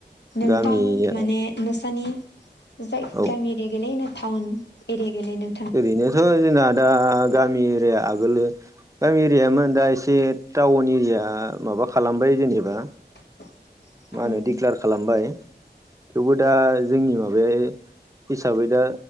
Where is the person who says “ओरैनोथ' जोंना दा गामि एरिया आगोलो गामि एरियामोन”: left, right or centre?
Right